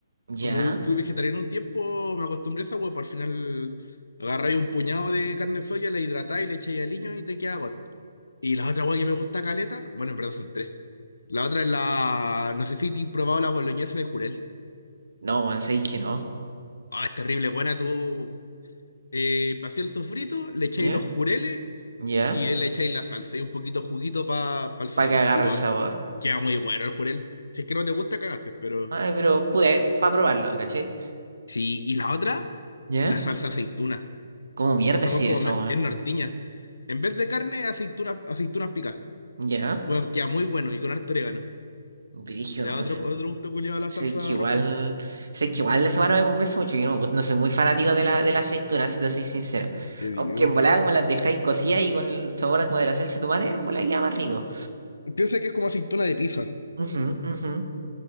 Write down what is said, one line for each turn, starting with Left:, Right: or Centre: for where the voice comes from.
Right: weón. Ya,
Left: como fui vegetariano un tiempo, me acostumbré a esa hueá, pues al final agarráis un puñado de carne de soya, la hidratáis, le echáis aliño y te queda got. Y la otra hueá que me gusta caleta, bueno, en verdad son tres. La otra es la, no sé si te he probado la boloñesa de jurel.
Right: no, weón, sabéis que no.
Left: Ah, es terrible, buena, tú eh, vacías el sofrito, le echáis
Right: Ya,
Left: los jureles
Right: ya,
Left: y le echáis la salsa y un poquito de juguito para el sabor.
Right: para que agarre
Left: Y bueno,
Right: el sabor.
Left: queda muy bueno el jurel. Si es que no te gusta, cagaste, pero...
Right: Ay, pero pude, para probarlo, ¿cachai?
Left: Sí, y la otra,
Right: ¿Ya?
Left: la salsa aceituna.
Right: ¿Cómo mierda
Left: Esa
Right: sí
Left: hueá es como
Right: eso,
Left: me-
Right: weón?
Left: es nortiña. En vez de carne, aceitunas, aceitunas picadas.
Right: ¿Ya?
Left: Bueno, queda muy bueno y con harto orégano.
Right: Brígido,
Left: Le da
Right: o
Left: otro,
Right: sea,
Left: otro gusto culiado a la
Right: sé
Left: salsa
Right: que igual,
Left: roja.
Right: sé que igual la semana me convence mucho, yo no, no soy muy fanático de la, de las aceitunas, si te soy sincero.
Left: ¿Qué digo?
Right: Aunque en volada como las dejáis cocidas y con el sabor como de la salsa de tomate, en volada queda más rico.
Left: Piensa que es como aceituna de pizza.
Right: Ujú, ujú.